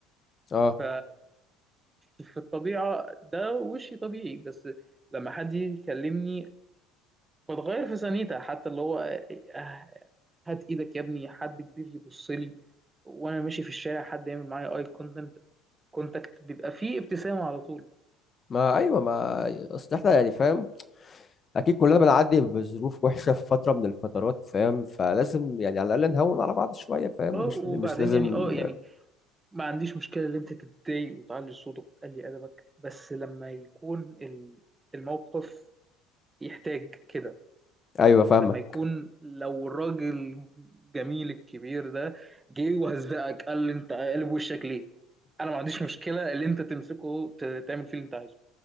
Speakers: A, on the left (about 30°); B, on the right (about 20°).
A: اه
B: ف في الطبيعة ده وشي طبيعي بس لما حد يجي يكلمني بتغير في ثانيتها حتى اللي هو آه، هات ايدك يا ابني حد كبير يبص لي وانا ماشي في الشارع حد يعمل معايا اي كونتنت كونتاكت بيبقى فيه ابتسامة على طول
A: ما ايوه ما اصل احنا يعني فاهم اكيد كلنا بنعدي بظروف وحشه في فتره من الفترات فاهم فلازم يعني على الاقل نهون على بعض شويه فاهم مش
B: اه وبعدين
A: مش لازم
B: يعني اه يعني ما عنديش مشكلة إن أنت تتضايق وتعلي صوتك وتقلي أدبك بس لما يكون ال- الموقف يحتاج كده
A: ايوه فاهمه
B: لما يكون لو الراجل الجميل الكبير ده جه وهزقك قال لي أنت قلب وشك ليه؟ أنا ما عنديش مشكلة اللي أنت تمسكه ت- تعمل فيه اللي أنت عايزه